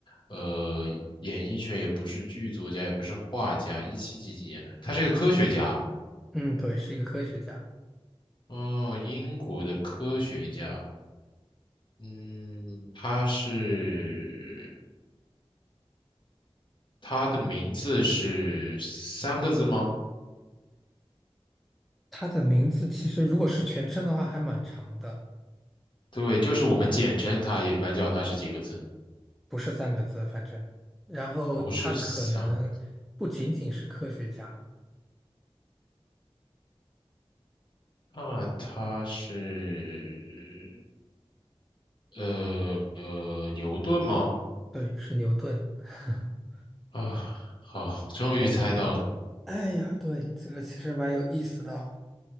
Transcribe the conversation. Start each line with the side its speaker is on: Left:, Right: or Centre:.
Left: 呃演艺圈，也不是剧作家，也不是画家。一七几几年，他是个科学家
Centre: 嗯，对，是一个科学家。
Left: 哦，英国的科学家。嗯，他是他的名字是三个字吗？
Centre: 他的名字其实如果是全称的话，还蛮长的。
Left: 对，就是我们简称他，也一般叫他是几个字，
Centre: 不是三个字，反正，然后他可能不仅仅是科学家，
Left: 不是三个。那他是呃呃牛顿吗？
Centre: 对，是牛顿。<laughs>
Left: 啊，好，终于猜到了。
Centre: 哦，哎呀，对，这个其实蛮有意思的哦